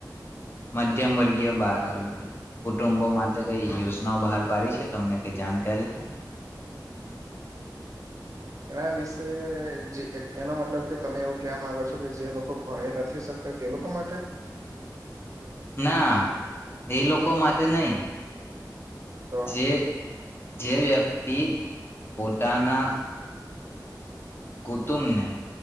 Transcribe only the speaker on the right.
એના વિશે જે એનો મતલબ કે તમે એવું ક્યાવા માંગો છો કે જે લોકો ભણી નથી શકતા તે લોકો માટે.
તો